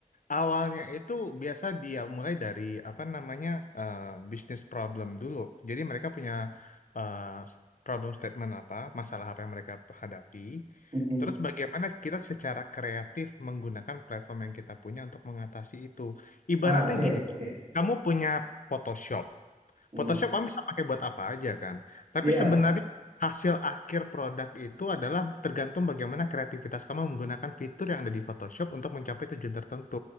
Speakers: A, on the left; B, on the right.
A: awalnya itu biasa dia mulai dari apa namanya eh, bisnis problem dulu. Jadi mereka punya eh, s- problem statement apa, masalah apa yang mereka hadapi.
B: mm
A: Terus bagaimana kita secara kreatif menggunakan platform yang kita punya untuk mengatasi itu. Ibaratnya
B: ah oke
A: gini,
B: oke
A: kamu punya Photoshop.
B: Mm-mm.
A: Photoshop kamu bisa pakai buat apa aja kan. Tapi
B: iya
A: sebenarnya hasil akhir produk itu adalah tergantung bagaimana kreativitas kamu menggunakan fitur yang ada di Photoshop untuk mencapai tujuan tertentu.